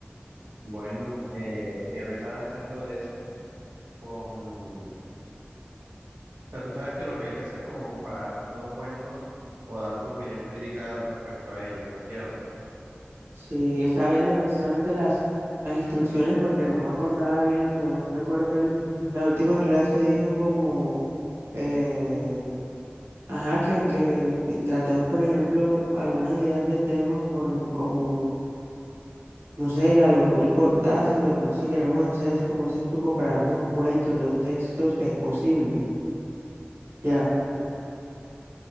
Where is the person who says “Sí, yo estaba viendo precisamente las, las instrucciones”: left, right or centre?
Right